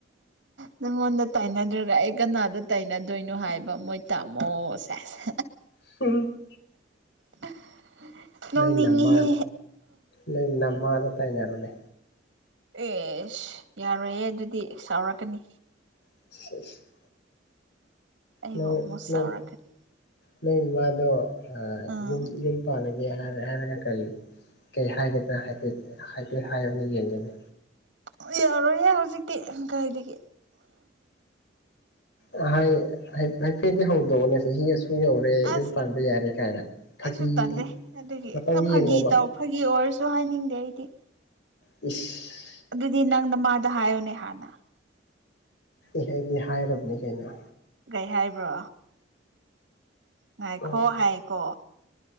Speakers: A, on the right; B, on the left.
A: ꯅꯪꯉꯣꯟꯗꯥ ꯇꯥꯏꯅꯗ꯭ꯔꯒ ꯑꯩ ꯀꯅꯗ ꯇꯥꯏꯅꯗꯣꯏꯅꯣ ꯍꯥꯏꯕ ꯃꯣꯏ ꯇꯥꯝꯃꯣ ꯁꯦꯁ
B: <unintelligible>
A: <unintelligible>
B: ꯅꯣꯏ
A: ꯅꯣꯡꯅꯤꯡꯉꯤꯍꯦ
B: ꯅꯃꯥ ꯅꯪ ꯅꯃꯥꯗ ꯇꯥꯏꯅꯔꯣꯅꯦ
A: ꯑꯦꯁ ꯌꯥꯔꯣꯏꯌꯦ ꯑꯗꯨꯗꯤ ꯁꯥꯎꯔꯛꯀꯅꯤ
B: <inaudible>
A: ꯑꯩꯕꯨ
B: ꯅꯪ
A: ꯑꯃꯨꯛ
B: ꯅ
A: ꯁꯥꯎꯔꯛꯀꯅꯤ
B: ꯅꯣꯏ ꯏꯃꯥꯗꯣ ꯑꯥ
A: ꯑꯥ
B: ꯌꯨꯝ ꯌꯨꯝ ꯄꯥꯜꯂꯒꯦ ꯍꯥꯏꯔ ꯍꯥꯏꯔꯒ ꯀꯔꯤ ꯀꯔꯤ ꯍꯥꯏꯒꯦꯗ꯭ꯔꯥ ꯍꯥꯏꯐꯦꯠ ꯍꯥꯏꯐꯦꯠ ꯍꯥꯏꯌꯨꯅꯦ ꯌꯦꯡꯒꯦꯅꯦ
A: ꯑꯣ ꯌꯥꯔꯣꯏꯍꯦ ꯍꯧꯖꯤꯛꯇꯤ ꯀꯥꯏꯗꯒꯤ
B: ꯑꯥ ꯍꯥꯏ ꯍꯥꯏꯐꯦꯠꯇꯤ ꯍꯧꯗꯣꯛꯑꯣꯅꯦ ꯆꯥꯍꯤ ꯑꯁꯨꯛ ꯌꯧꯔꯦ ꯔꯦ
A: ꯑꯁ
B: ꯌꯨꯝ ꯄꯥꯟꯕ ꯌꯥꯔꯦ ꯀꯥꯏꯅ ꯐꯥꯒꯤ
A: ꯑꯩꯁꯨ ꯇꯜꯂꯦ ꯑꯗꯨꯒꯤ
B: ꯃꯇꯧ ꯌꯦꯡꯉꯣꯕ
A: ꯐꯥꯒꯤ ꯇꯧ ꯐꯥꯒꯤ ꯑꯣꯏꯔꯁꯨ ꯍꯥꯏꯅꯤꯡꯗꯦ ꯑꯩꯗꯤ
B: ꯏꯁ
A: ꯑꯗꯨꯗꯤ ꯅꯪ ꯅꯥꯃꯗ ꯍꯥꯏꯌꯣꯅꯦ ꯍꯥꯟꯅ
B: ꯏ ꯑꯩꯗꯤ ꯍꯥꯏꯔꯕꯅꯤ ꯀꯩꯅꯣ
A: ꯀꯩ ꯍꯥꯏꯕ꯭ꯔꯣ ꯉꯥꯏꯈꯣ
B: ꯇꯜꯂꯤꯗ
A: ꯍꯥꯏꯀꯣ